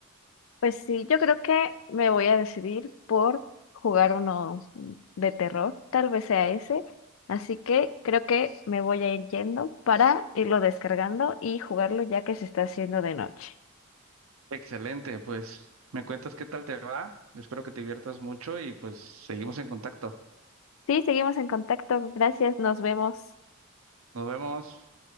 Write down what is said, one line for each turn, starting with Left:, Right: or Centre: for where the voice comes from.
Left: Pues sí, yo creo que me voy a decidir por jugar uno de terror, tal vez sea ese, así que creo que me voy a ir yendo para irlo descargando y jugarlo ya que se está haciendo de noche.
Right: Excelente, pues me cuentas qué tal te va. Espero que te diviertas mucho y pues seguimos en contacto.
Left: Sí, seguimos en contacto, gracias, nos vemos.
Right: Nos vemos.